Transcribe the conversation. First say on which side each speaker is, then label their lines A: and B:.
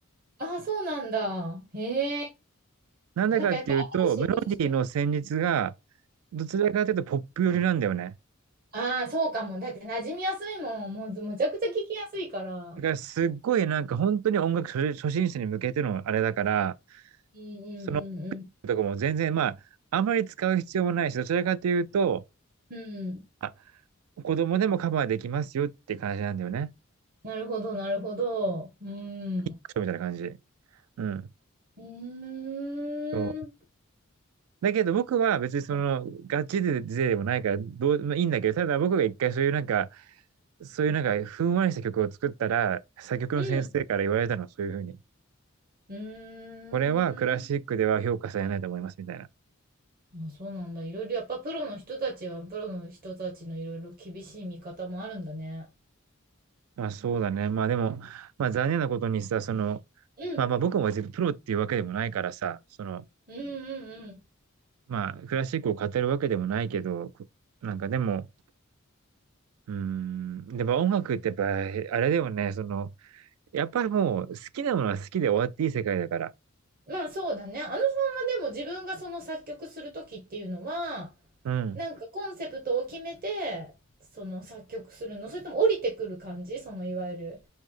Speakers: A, on the right (about 45°); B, on the right (about 85°).
A: ああ、そうなんだ。へえ。
B: なんでかっていうと、
A: なんかやっぱ新しいことしてる。
B: メロディーの旋律が、どちらかというとポップ寄りなんだよね。
A: ああ、そうかも。だって馴染みやすいもん。もうずむちゃくちゃ聞きやすいから。
B: だからすっごいなんか本当に音楽初初心者に向けてのあれだから、
A: うんうんうん
B: そのとかも全然まあ、あまり使う必要もないし、どちらかというと、
A: うん。うん。
B: あ、子供でもカバーできますよって感じなんだよね。
A: なるほど、なるほど。うん。
B: クソみたいな感じ。うん。
A: うーん。
B: そう。だけど僕は別にその、
A: あ
B: ガチで勢でもないから、どう、まあ、いいんだけど、ただ僕が一回そういうなんか、そういうなんか、ふんわりした曲を作ったら、作曲の先生から言われたの、
A: うん。
B: そういうふうに。
A: うーん。
B: これはクラシックでは評価されないと思います、みたいな。
A: あ、そうなんだ。いろいろやっぱプロの人たちは、プロの人たちのいろいろ厳しい見方もあるんだね。
B: まあそうだね。まあでも、まあ残念なことにさ、その、
A: うん。
B: まあまあ僕も別にプロっていうわけでもないからさ、その、
A: うんうんうん。
B: まあクラシックを語るわけでもないけど、なんかでも、うーん。でも音楽ってやっぱ、あれだよね、その、やっぱりもう好きなものは好きで終わっていい世界だから。
A: まあ、そうだね。あのさんはでも自分がその作曲する時っていうのは、
B: うん。
A: なんかコンセプトを決めて、その作曲するのそれとも降りてくる感じそのいわゆる、